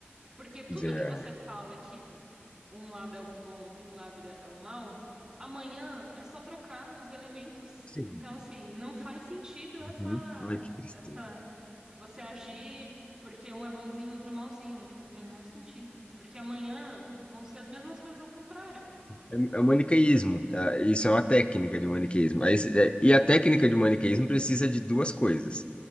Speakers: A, on the right; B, on the left.
A: Porque tudo
B: Quer dizer,
A: que você
B: é,
A: fala que vo- um lado é o bom e o lado é o mal, amanhã é só trocar os elementos.
B: sim,
A: Então, assim, não faz sentido essa,
B: uhum. Ai, que tristeza.
A: essa, você agir porque um é bonzinho e outro é malzinho. Não faz o menor sentido. Porque amanhã vão ser as mesmas coisas ao contrário.
B: É é o maniqueísmo. é, Isso é uma técnica de maniqueísmo. Aí, é, e a técnica de maniqueísmo precisa de duas coisas: